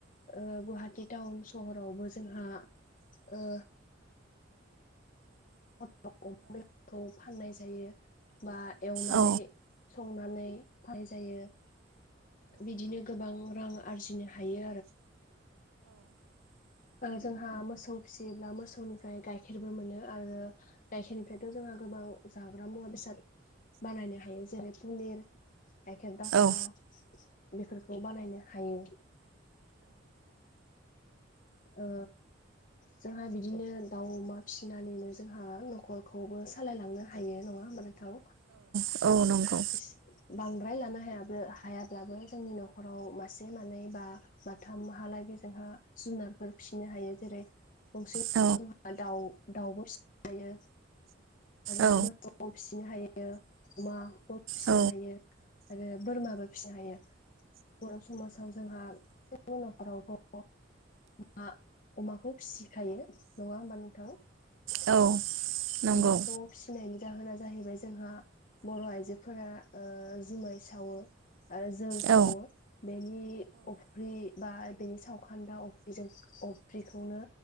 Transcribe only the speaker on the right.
औ
औ
औ औ नंगौ
औ
औ
औ
औ नंगौ
औ